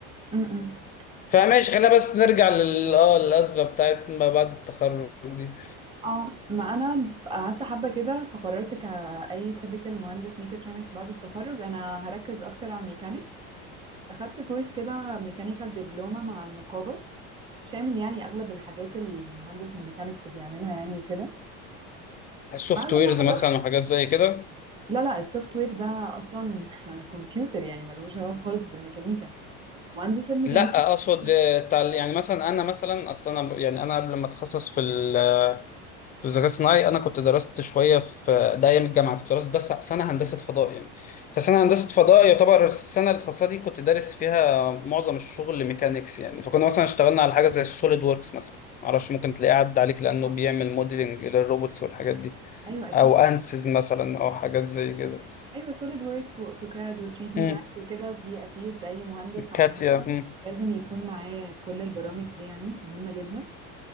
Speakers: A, on the right; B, on the left.
A: م- م.
B: فماشي خلينا بس نرجع لل اه الأزمة بتاعت ما بعد التخرج دي
A: اه ما أنا قعدت حبة كده فقررت كأي تبكال مهندس ميكاترونكس بعد التخرج أنا هركز أكتر على الميكانيكس أخدت كورس كده ميكانيكال دبلومة مع النقابة شامل يعني أغلب الحاجات المهندس الميكانيكس بيعملها يعني وكده
B: السوفت
A: بعد
B: ويرز
A: ما خلصت
B: مثلا وحاجات زي كده
A: لا لا السوفت وير ده أصلا <laughs> كمبيوتر يعني ملوش علاقة خالص بالميكانيكا مهندس الميكانيكا
B: لا اقصد
A: مسؤول
B: آه، تعل- يعني مثلا انا مثلا اصلا انا يعني انا قبل ما اتخصص في ال- آه، في الذكاء الصناعي انا كنت درست شويه في ده ايام الجامعه كنت درست ده س- سنه هندسه فضاء يعني فسنه هندسه فضاء يعتبر السنه الخاصه دي كنت دارس فيها معظم الشغل ميكانيكس يعني فكنا مثلا اشتغلنا على حاجه زي السوليد ووركس مثلا معرفش ممكن تلاقيه عدى عليك لانه
A: آه،
B: بيعمل موديلنج للروبوتس والحاجات دي
A: أيوه أكيد
B: او انسز مثلا او حاجات زي كده
A: أيوه سوليد ووركس وأوتوكاد و3 دي
B: امم
A: ماكس وكده دي أكيد أي مهندس عامة
B: كاتيا امم
A: لازم يكون معاه كل البرامج دي يعني مهمة جدا